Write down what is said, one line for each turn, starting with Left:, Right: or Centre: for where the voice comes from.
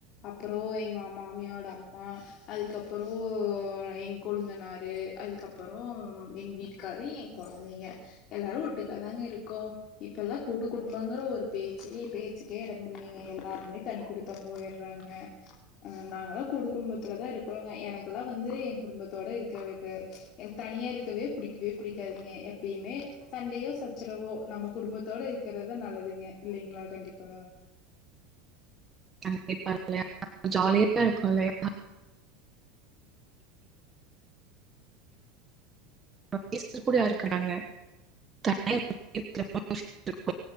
Left: அப்புறோ எங்க மாமியோட அம்மா அதுக்கப்புறோ எங்க கொளுந்தனாரு அதுக்கப்புறோ எங்க வீட்டு காரு என் கொழந்தைங்க எல்லாரு ஒட்டுக்கா தாங்க இருக்கோ இப்பல்லா கூட்டு குடும்பங்கற ஒரு பேச்சே பேச்சுக்கே எடமில்லைங்க எல்லாருமே தனி குடு த்தனம் போய்றாங்க ம் நாங்கல்லா கூட்டு குடும்பத்துல தா இருக்குறோங்க எனக்கெல்லா வந்து என் குடும்பத்தோட இருக்கறக்கு எனக்கு தனியா இருக்கவே புடிக்கவே புடிக்காதுங்க எப்பயுமே சண்டையோ சச்சரவோ நம்ம குடும்பத்தோட இருக்கறது தா நல்லதுங்க இல்லைங்களா கண்டிப்பா
Right: <unintelligible> கண்டிப்பா இல்லையா ஜாலியா இருக்கு இல்லையா பேச கூட யாரு இருக்காங்க தனியா <inaudible> இருக்கும்